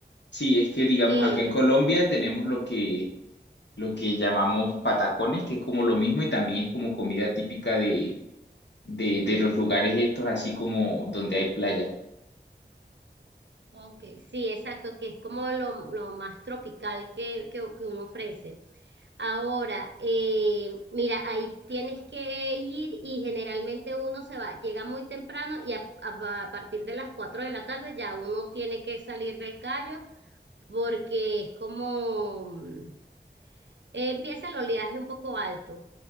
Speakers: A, on the left; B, on the right.
A: Sí, es que digamos
B: Eh,
A: acá en Colombia tenemos lo que lo que llamamos patacones, que es como lo mismo y también es como comida típica de, de, de los lugares estos, así como donde hay playa.
B: ok, sí, exacto, que es como lo, lo más tropical que, que, que uno ofrece. Ahora, eh, mira, ahí tienes que ir y generalmente uno se va, llega muy temprano y a, a- a partir de las 4 de la tarde ya uno tiene que salir del callo porque es como mm, eh, empieza el oleaje un poco alto.